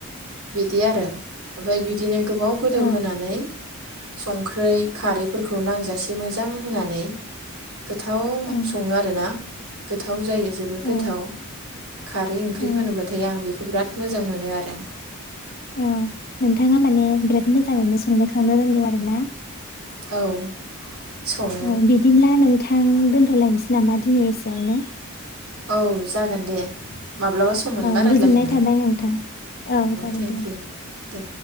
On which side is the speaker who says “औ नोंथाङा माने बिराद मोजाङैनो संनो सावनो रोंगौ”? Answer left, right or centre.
Left